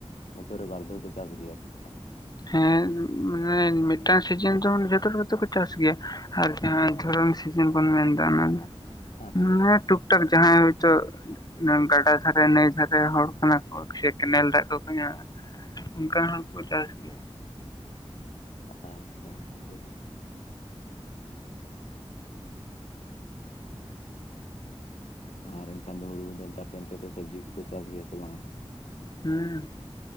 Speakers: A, on the left; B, on the left.
A: ᱵᱚᱪᱷᱚᱨ ᱨᱮ ᱵᱟᱨ ᱫᱷᱟᱣ ᱠᱚ ᱪᱟᱥ ᱜᱮᱭᱟ ᱮᱱᱠᱷᱟᱱ ᱾
B: ᱦᱮᱸ ᱢᱟᱱᱮ ᱢᱤᱫᱴᱟᱝ ᱥᱤᱡᱮᱱ ᱫᱚ ᱡᱚᱛᱚ ᱦᱚᱲ ᱜᱮ ᱛᱚᱠᱚ ᱪᱟᱥ ᱜᱮᱭᱟ ᱾ ᱟᱨ ᱡᱟᱦᱟᱸ ᱫᱷᱚᱨᱚᱱ ᱥᱤᱡᱤᱱ ᱵᱚᱱ ᱢᱮᱱᱫᱟ ᱚᱱᱟ
A: <unintelligible>
B: ᱦᱮᱸ ᱴᱩᱠ ᱴᱟᱠ ᱡᱟᱦᱟᱸᱭ ᱦᱳᱭᱛᱚ ᱜᱟᱰᱟ ᱫᱷᱟᱨᱮ ᱱᱟᱹᱭ ᱫᱷᱟᱨᱮ ᱦᱚᱲ ᱠᱟᱱᱟ ᱠᱚ᱾ ᱥᱮ ᱠᱮᱱᱮᱞ ᱫᱟᱜ ᱠᱚᱠᱚ ᱧᱟᱢᱟ ᱚᱱᱠᱟ ᱦᱚᱲᱠᱚ ᱪᱟᱥ ᱜᱮᱭᱟ
A: ᱟᱪᱪᱷᱟ ᱦᱳᱭ ᱛᱚ᱾ ᱟᱨ ᱮᱱᱠᱷᱟᱱ ᱫᱚ ᱦᱩᱲᱩ ᱵᱚᱫᱚᱞ ᱟᱯᱮ ᱚᱱᱛᱮ ᱫᱚ ᱥᱚᱵᱡᱤ ᱠᱚᱠᱚ ᱪᱟᱥ ᱜᱮᱭᱟ ᱥᱮ ᱵᱟᱝ
B: ᱦᱩᱸ